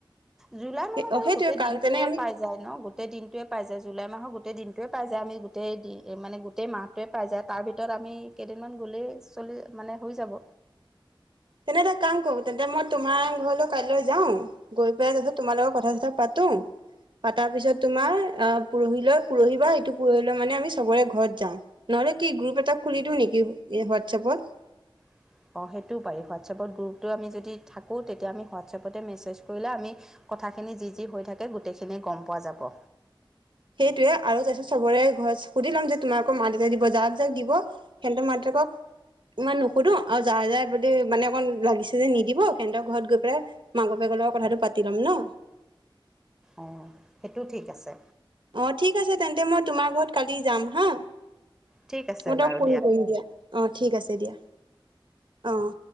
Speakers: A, in the centre; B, on the right.
A: জুলাই মাহৰ
B: অ
A: বাৰু
B: সেইটোৱে
A: গোটেই দিনটোৱে
B: তেনে আমি
A: পাই যায় ন গোটেই দিনটোৱে পাই যায়। জুলাই মাহৰ গো গোটেই দিনটোৱে পাই যায়। আমি গোটেই দিন মানে গোটেই মাহটোৱে পাই যায়। তাৰ ভিতৰত আমি কেইদিনমান গ'লেই চলি এ মানে হৈ যাব।
B: তেনে এটা কাম কৰোঁ তেন্তে মই তোমাৰ ঘৰলৈ কাইলৈ যাওঁ, গৈ পেলাই তাৰ পিছত তোমাৰ লগত কথা-চথা পাতো। তা পিছত তোমাৰ অ পৰহিলৈ, পৰহি বা ইটো পৰহিলৈ মানে আমি চবৰে ঘৰত যাওঁ। ন মানে কি গ্ৰুপ এটা খুলি দিওঁ নেকি হোৱাটছএপত?
A: <inaudible> অ' সেইটোও পাৰি। হোৱাটছএপত গ্ৰুপটো আমি যদি থাকোঁ, তেতিয়া আমি হোৱাটছএপতে মেছেজ কৰিলে আমি। কথাখিনি যি যি হৈ থাকে, গোটেইখিনিয়ে গম পোৱা যাব।
B: সেইটোৱে, আৰু যাতে চবৰে ঘৰত সুধি ল'ম যে। তোমাৰ আকৌ মা-দেউতাই দিব। যাক যাক দিব সিহঁতৰ মাক -দেতাকক। ইমান নুসোধো আৰু যাৰ যাৰ, মানে অকণ লাগিছে যে নিদিব সিহঁতৰ ঘৰত গৈ পেলাই মাক- লগত কথাটো পাতি ল'ম ন?
A: অ' সেইটো ঠিক আছে।
B: অ' ঠিক আছে তেন্তে, মই তোমাৰ ঘৰত কালি যাম হা।
A: ঠিক আছে
B: মই তোমাক
A: বাৰু
B: ফোন কৰিম দিয়া। অ' ঠিক আছে দিয়া। অ'।